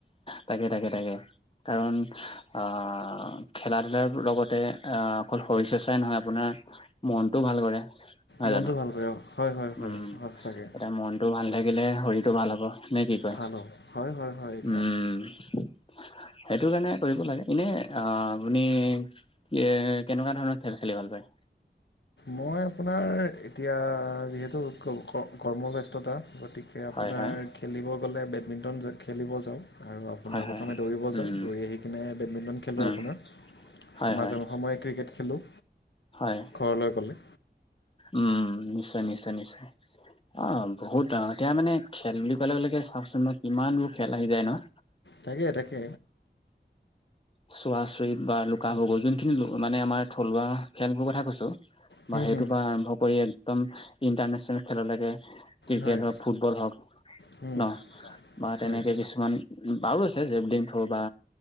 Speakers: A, on the left; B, on the left.
A: তাকে তাকে তাকে কাৰণ আহ খেলা ধূলাৰ লগতে আহ অকল শৰীৰ চৰ্চাই নহয় আপোনাৰ মনটোও ভাল কৰে। নহয়
B: মনটো
A: জানো,
B: ভাল কৰে হয় হয় হয়
A: উম
B: হয় সঁচাকৈ
A: এটা মনটো ভাল থাকিলে শৰী- সেইটো ভাল হ'ব নে কি কয়
B: ভাল হ'ব হয় হয় হয় একদম
A: উম সেইটো কাৰণে কৰিব লাগে এনে অ আপুনি কেনেকুৱা ধৰণৰ খেল খেলি ভাল পায়?
B: মই আপোনাৰ এতিয়া যিহেতু কৰ্মব্যস্ততা গতিকে আপোনাৰ
A: হয়, হয়,
B: খেলিব গলে বেডমিণ্টন খেলিব যাওঁ। আৰু আপোনাৰ
A: হয়, হয়।
B: প্ৰথমে দৌৰিব
A: উম,
B: যাওঁ দৌৰি আহি কিনে বেডমিণ্টন খেলোঁ
A: উম,
B: আপোনাৰ
A: হয়,
B: মাজে
A: হয়,
B: সময়ে ক্ৰিকেট খেলোঁ।
A: হয়
B: ঘৰলৈ গ'লে।
A: উম নিশ্চয়- নিশ্চয় -নিশ্চয় অ বহুত আহে এতিয়া মানে খেল বুলি কলেকে চাওকচোন ম কিমানবোৰ খেল আহি যায় ন।
B: থাকে- থাকে।
A: চুৱ চৰিত বা লুকা ভাগু যোনখিনি মানে আমাৰ থলুৱা খেলবোৰ কথা কৈছো।
B: হুম
A: বা সেইটো
B: হুম
A: বা আৰম্ভ কৰি একদম ইন্টাৰনেচ নেল খেললৈকে ক্ৰিকেট
B: হয়
A: হওক ফুটবল হওক
B: হুম
A: ন বা তেনেকে
B: হয়
A: কিছুমান বাৰু আছে জেবলিং থ্ৰ' বা